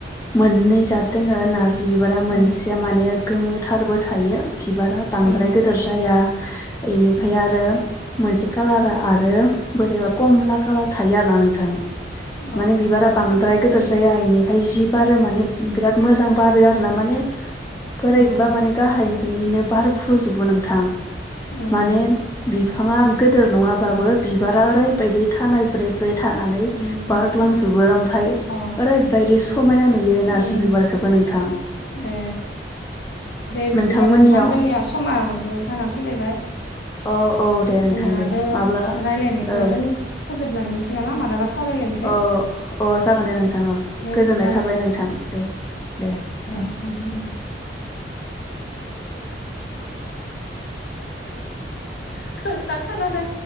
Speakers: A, on the left; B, on the left.
A: मोननै दङ नारजि बि बिबारा मोनसे
B: उम
A: माने गोमोथारबो थायो बिबारा बांद्राय
B: उम
A: गोदोर जाया इनिफ्राय
B: उम
A: आरो मोनसे कालारा आरो बोरैबा कमला कालार थायो आरोना नों <unintelligible>
B: अ
A: माने बिबारा बांद्राय
B: उम
A: गोदोर जाया इनिफ्राय जि बारो माने बिराद मोजां बारो आरोना माने बोरायबा
B: उम
A: माने गाहायनिफ्रायनो बारफ्रुजोबो नोंथां
B: उम
A: माने बिफाङा गिदिर
B: उम
A: नङाबाबो बिबारा ओरैबायदि थानाय ब्रे ब्रे थानानै
B: उम
A: बारलांजोबो ओमफ्राय
B: अ
A: ओरैबायदि समायना नुयो
B: उम
A: नार्जि बिबारखौबो नोंथां
B: ए दे बिदिब्ला
A: नोंथांमोननियाव
B: नोंथां जोंनिया समाबो जाना फैलायबाय
A: औ औ दे नोंथां
B: जोंनिया
A: दे माब्ला
B: रायलायनायखौ
A: औ
B: फोजोबलायनोसै नामा मालाबा सावरायलायनोसै
A: अ अ जागोन दे नोंथां औ
B: दे
A: गोजोननाय
B: बिदिब्ला
A: थाबाय नोंथां दे दे
B: दे
A: औ
B: नोंथां ओं <inaudible> <unintelligible> खोनादो